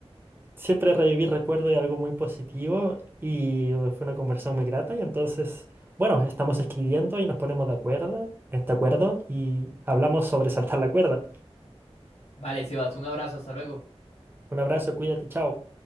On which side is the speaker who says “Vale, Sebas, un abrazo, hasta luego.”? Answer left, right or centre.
Left